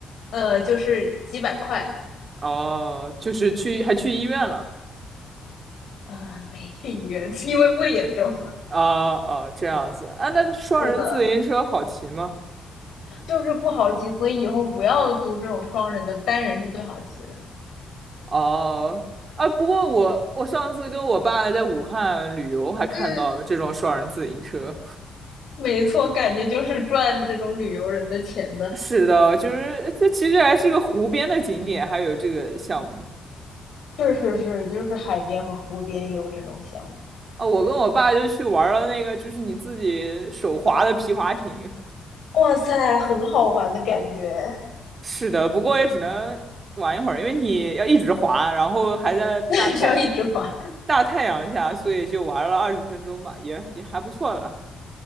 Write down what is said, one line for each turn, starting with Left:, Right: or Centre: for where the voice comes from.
Left: 呃就是几百块，
Right: 哦，就是去还去医院了。
Left: 啊，没去医院，因为不严重，
Right: 哦哦，这样子啊，那双人自行车好骑吗？
Left: <laughs> 是的。就是不好骑，所以以后不要租这种双人的，单人是最好骑的。
Right: 哦，啊，不过我我上次跟我爸在武汉旅游，还看到了这种双人自行车。
Left: 嗯，没错，感觉就是赚这种旅游人的钱的。
Right: <laughs> 是的，就是这其实还是个湖边的景点，还有这个项目
Left: 是是是，就是海边和湖边有这种项目。
Right: 啊。我跟我爸就去玩了那个，就是你自己手划的皮划艇。
Left: 哇塞，很好玩的感觉，
Right: 是的，不过也只能玩一会儿，因为你要一直滑，然后还在大太阳
Left: <laughs> 只要一直滑。
Right: 大太阳下，所以就玩了二十分钟吧，也也还不错了。